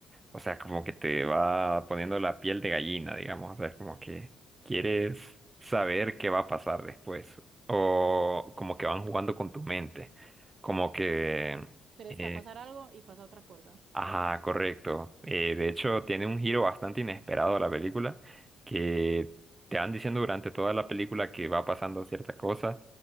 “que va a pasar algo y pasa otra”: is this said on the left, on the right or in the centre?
Right